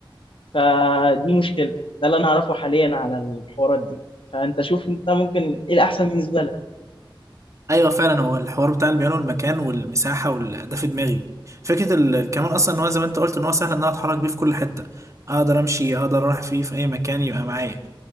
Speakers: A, on the left; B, on the right.
A: فدي مشكلة ده اللي انا اعرفه حاليا على الحوارات دي فانت شوف انت ممكن ايه الاحسن بالنسبة لك
B: ايوه فعلا هو الحوار بتاع البيانو المكان والمساحه وال- ده في دماغي فكره ال- الكمان اصلا ان هو زي ما انت قلت ان هو سهل ان انا اتحرك بيه في كل حته اقدر امشي اقدر اروح فيه في اي مكان يبقى معايا